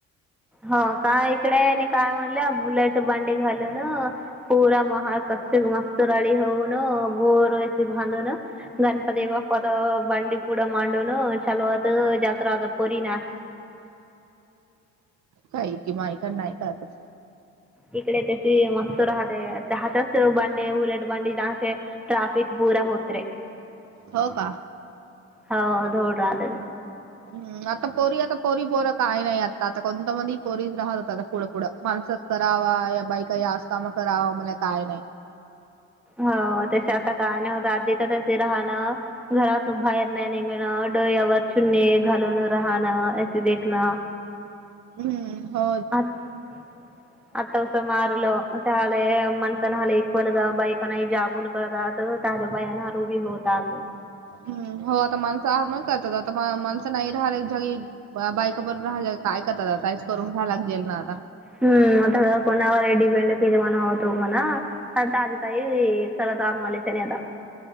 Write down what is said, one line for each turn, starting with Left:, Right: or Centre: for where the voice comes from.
Centre: हो का इकडे यांनी काय? म्हणलं बुलेट बांडी घाल न पूरा महार कसे मस्त रडी होऊ न बोर व्हायचे भांडण <unintelligible> गणपती बाप्पाच बंडी पूड मांडन चालवात जत्रा आता पोरी ना <unintelligible>
Right: काही की मायक नाही का त <unintelligible>
Centre: इकडे ते ते, मस्त राहते त्याहाच्याच बांडे उलट बांडी दहाचे ट्राफिक पूरा होत रे <unintelligible>
Right: हो का?
Centre: हौ धौराते र
Right: हम्म आता पोरी आता पोरी पोरा काही नाही आता आता कोणत मंद पोरी राहत आता पुढं पुढं मानसात <unintelligible> करावा या बाईका या आस्तामा करावा मले काय नाही <unintelligible>
Centre: हो तसे आता काय नवतं आदीचे तसे राहणं <unintelligible> घरातून बाहेर नाही, निघणं डोळ्यावर चुन्नी घालून राहणं असे देखणं.
Right: हम्म, हो
Centre: <inaudible> अतावस मारलं चाले, मन सनहाले एकक्वल बैक नाही जाबूल करतात ताजा बयानार उभी होतात <unintelligible>
Right: हम्म, हो आता माणसं आगमन करतात आता माणसं नाही राहला जग बायका पण राहाला काय करतात, का करून घ्यायला ला जेल ना आता.
Centre: हम्म आता कोणावरही डिपेंड किती म्हणा होतो म्हणा <unintelligible> ताजी ताई तला ताम मले चने आता <unintelligible>